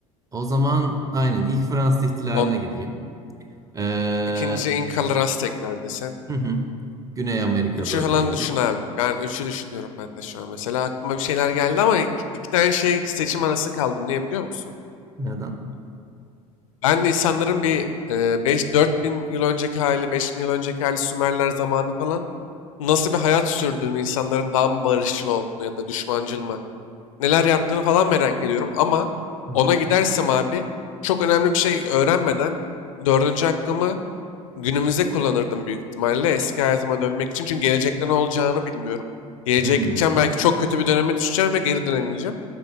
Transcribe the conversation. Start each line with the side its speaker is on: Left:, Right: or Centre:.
Right: o zaman aynen ilk Fransız ihtilaline
Left: On,
Right: gideyim. Eee,
Left: ikinci İnkalar Aztekler desen.
Right: hı hı, Güney Amerika
Left: Üçü
Right: bölgeleri.
Left: falan düşün abi. Ben üçü düşünüyorum ben de şu an. Mesela aklıma bir şeyler geldi ama iki, iki tane şey seçim arası kaldım. Niye biliyor musun?
Right: Neden?
Left: Ben de insanların bir e, 5 4000 yıl önceki hali, 5000 yıl önceki hali Sümerler zamanı falan nasıl bir hayat sürdüğünü, insanların daha mı barışçıl olduğunu ya da düşmancıl mı, neler yaptığını falan merak ediyorum ama
Right: Hı hı.
Left: ona gidersem abi çok önemli bir şey öğrenmeden dördüncü hakkımı günümüze kullanırdım büyük ihtimalle eski hayatıma dönmek için. Çünkü gelecekte ne olacağını bilmiyorum. Geleceğe
Right: Hmm,
Left: gideceğim belki çok kötü bir döneme düşeceğim ve geri dönemeyeceğim.